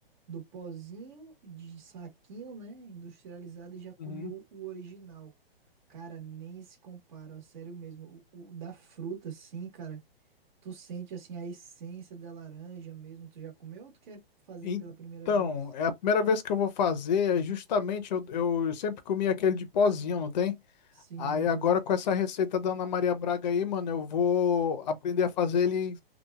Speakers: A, on the right; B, on the left.
A: do pozinho, de saquinho, né? Industrializado e já comi
B: Uhum.
A: o, o original. Cara, nem se compara, ó, sério mesmo. O, o da fruta, sim, cara. Tu sente, assim, a essência da laranja mesmo. Tu já comeu ou tu quer fazer
B: Então,
A: pela primeira vez?
B: é a primeira vez que eu vou fazer. É justamente, eu, eu sempre comi aquele de pozinho, não tem?
A: Sim,
B: Aí
A: aham.
B: agora com essa receita da Ana Maria Braga aí, mano, eu vou aprender a fazer ele